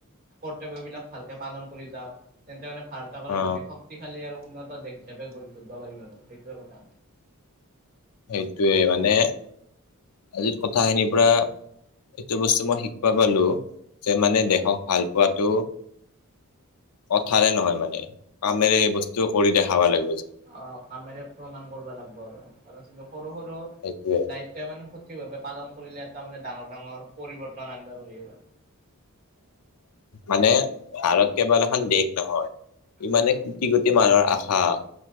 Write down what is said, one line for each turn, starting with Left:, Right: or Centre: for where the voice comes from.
Right: কৰ্তব্য বিলাক ভালকে পালন কৰি যাওঁ তেন্তে মানে ভাৰতক
Left: অ
Right: অধিক শক্তিশালী আৰু উনতা দেশ হিচাপে <unintelligible> পাৰি ম আৰু সেইটোৱে কথা।
Left: সেইটোৱে মানে আজিৰ কথাখিনিৰ পৰা এইটো বস্তু মই শিকিবো পালো যে মানে দেশক ভাল পোৱাটো কথাৰে নহয় মানে কামেৰে এই বস্তু কৰি দেখাব লাগে।
Right: অ কামেৰে প্ৰমাণ কৰিব লাগব আৰু। তাৰপিছত সৰু সৰু
Left: সেইটোয়ে
Right: দায়িত্বই মানে সঠিকভাৱে পালন কৰিলে এটা মানে ডাঙৰ ডাঙৰ, পৰিৱৰ্তন আনিব পাৰি আৰু।
Left: মানে ভাৰত কেৱল এখন দেশ নহয় ইমানে
Right: অ'
Left: কোটি কোটি মানুহৰ আশা হ